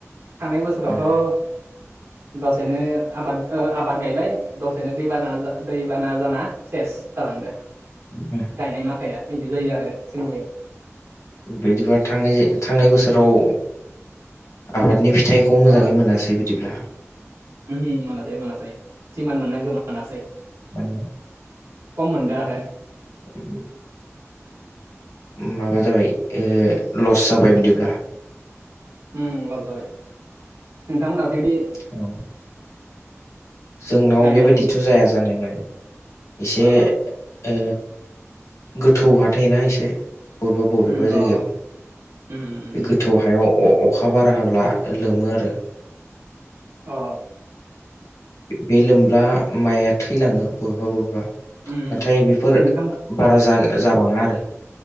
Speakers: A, on the right (about 60°); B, on the left (about 80°).
A: थांनाय बोसोरावथ'
B: उम
A: दसेनो आबाद ओ आबाद गायबाय दसेनो दैबाना जा दैबाना जाना सेस जालांदो।
B: उम
A: गायनाय माखाया बिदि जायो आरो जोंनि
B: बिदिबा थांनाय थांनाय
A: उम
B: बोसोराव आबादनि फिथाइखौ मोजाङै
A: उम अ
B: मोनासै बिदिब्ला
A: उम मोनासै मोनासै सिमान जिमोननांगौ मोनासै
B: माने
A: खम मोनदों आरो
B: उम माबा जाबाय लस जाबाय बिदिब्ला
A: ओम लाब जाबाय नोंथांमोनहाथ' बेदि
B: औ जोंनाव
A: गायनानै
B: बेबायदिथ' जाया जानायालाय एसे
A: अ
B: ओ गोथौ हाथायना एसे बबेबा बबेबा
A: उम
B: जायगायाव
A: अ उम उम
B: बे
A: उम
B: गोथौ हायाव अ अखा बारा हाब्ला लोमो आरो
A: अ
B: बे लोमब्ला माइआ थैलाङो बबेबा बबेबा
A: उम उम
B: नाथाय बेफोर
A: नोंथां
B: बारा जा जाबाङा आरो